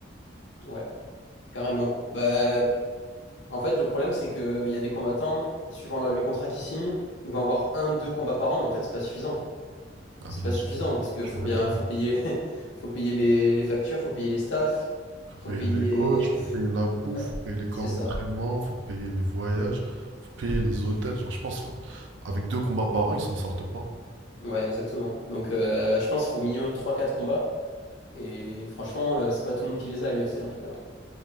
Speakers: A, on the left; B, on the right.
A: ouais, carrément. Bah, en fait, le problème, c'est qu'il y a des combattants, suivant le- les contrats qu'ils signent, ils vont avoir un, deux combats par an, mais en fait, c'est pas suffisant.
B: Ah
A: C'est
B: bien
A: pas suffisant
B: sûr,
A: parce que
B: tu
A: faut
B: m'étonnes.
A: bien, faut payer, <laughs> faut payer les, les factures, faut payer les staffs,
B: Faut
A: faut
B: payer
A: payer.
B: les coachs, faut payer la bouffe,
A: Ouais,
B: faut payer les
A: c'est
B: camps d'entraînement,
A: ça.
B: faut payer les voyages, faut payer les hôtels. Genre, je pense, fr- avec deux combats par an, ils s'en sortent pas.
A: Ouais, exactement. Donc, euh, je pense qu'il faut au minimum trois, quatre combats. Et franchement, euh, c'est pas tout le monde qui les a à l'UFC en tout cas.